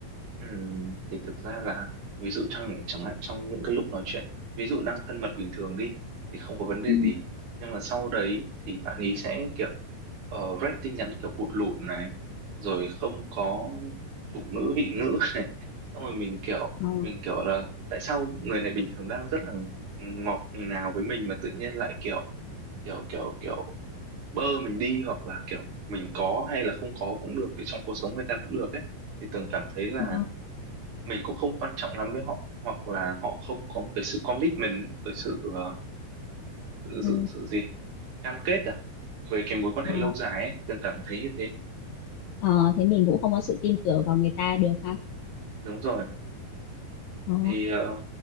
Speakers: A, on the right; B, on the left.
A: Ừm, thì thực ra là ví dụ trong chẳng hạn trong những cái lúc nói chuyện ví dụ đang thân mật bình thường đi thì không có vấn đề
B: ừ.
A: gì nhưng mà sau đấy thì bạn ý sẽ kiểu uh, rep tin nhắn kiểu cụt lủn này rồi không có chủ ngữ vị ngữ <laughs> này xong rồi mình kiểu
B: Ờ.
A: mình kiểu là tại sao người này bình thường đang rất là ngọt ngào với mình mà tự nhiên lại kiểu kiểu kiểu kiểu bơ mình đi hoặc là kiểu mình có hay là không có cũng được thì trong cuộc sống người ta cũng được ấy thì Tường cảm thấy là
B: Ờ.
A: mình cũng không quan trọng lắm với họ hoặc là họ không có một cái sự commitment một cái sự ờ,
B: Ừ.
A: sự sự gì cam kết à về cái mối quan
B: Ờ.
A: hệ lâu dài ấy từng cảm thấy như thế
B: Ờ. thế mình cũng không có sự tin tưởng vào người ta được ha
A: đúng rồi
B: Ờ.
A: thì ờ,